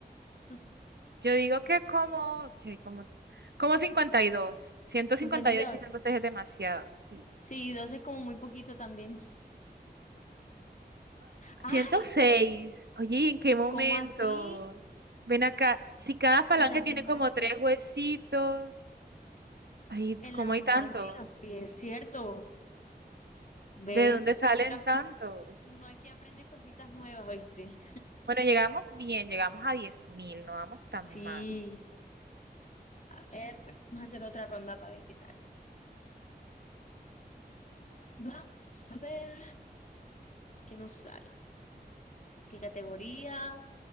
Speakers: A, on the left (about 50°); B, on the right (about 85°).
A: <laughs>
B: Yo digo que como, che, como, como 52,
A: ¿Cómo cuánto?
B: 158
A: cincuenta y dos
B: y 106 es demasiado, sí.
A: Sí, dos es como muy poquito también. Ay,
B: 106, oye, ¿en qué momento?
A: ¿cómo así?
B: Ven acá, si cada falange
A: En las
B: tiene
A: manos
B: como
A: y
B: tres huesitos, ay,
A: en
B: ¿cómo
A: las
B: hay
A: manos
B: tantos?
A: y en los pies, ¿cierto? Ve,
B: ¿De dónde salen
A: mira,
B: tantos?
A: uno aquí aprende cositas nuevas, ¿oíste?
B: Bueno, llegamos bien, llegamos a diez mil no vamos tan
A: Sí,
B: mal.
A: a ver, bueno, vamos a hacer otra ronda para ver qué tal. Vamos a ver qué nos sale, qué categoría,